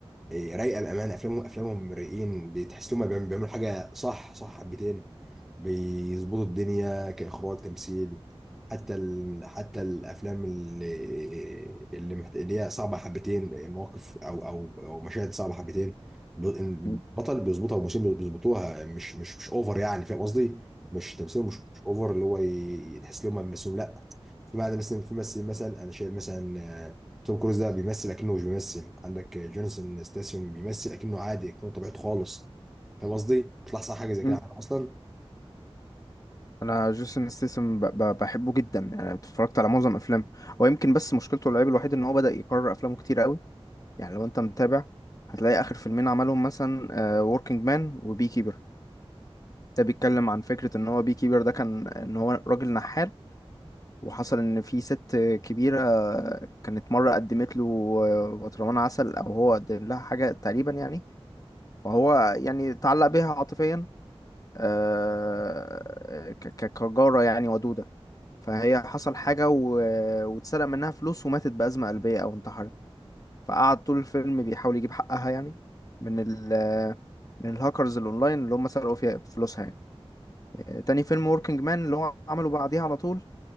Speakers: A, in the centre; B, on the left (about 35°).
A: آه، رايقه بامانه افلامهم افلامهم رايقين بتحس انهم بيعملوا حاجه صح صح حبتين بيظبطوا الدنيا كإخراج تمثيل حتى ال... حتى الأفلام اللي اللي, محت... اللي هي صعبة حبتين مواقف أو أو أو مشاهد صعبة حبتين ب- البطل
B: مم.
A: بيظبطها والممثلين بيظبطوها مش مش مش أوفر يعني فاهم قصدي؟ مش تمثيله مش مش أوفر اللي هو ي- تحس إن هم بيمثلوا لا في معنى مثلا في ممثل مثلا أنا شايف مثلا آه، توم كروز ده بيمثل أكنه مش بيمثل عندك جونسون ستاسيوم بيمثل أكنه عادي أكنه طبيعته خالص فاهم قصدي؟ بيطلع صح حاجة زي
B: مم.
A: كده أصلا
B: انا جيسون ستيسم بحبه جدا يعني اتفرجت على معظم افلامه هو يمكن بس مشكلته العيب الوحيد ان هو بدأ يكرر افلامه كتير قوي يعني لو انت متابع هتلاقي اخر فيلمين عملهم مثلا وركينج مان وبي كيبر ده بيتكلم عن فكرة ان هو بي كيبر ده كان ان هو راجل نحال وحصل ان في ست كبيرة كانت مرة قدمت له آه، برطمان عسل او هو قدم لها حاجة تقريبا يعني فهو يعني تعلق بيها عاطفيا آه، ك- ك- كجارة يعني ودودة فهي حصل حاجة و... واتسرق منها فلوس وماتت بأزمة قلبية أو انتحرت فقعد طول الفيلم بيحاول يجيب حقها يعني من ال من الهاكرز الأونلاين اللي هم سرقوا فيها فلوسها يعني آه، تاني فيلم وركينج مان اللي هو عمله بعديها على طول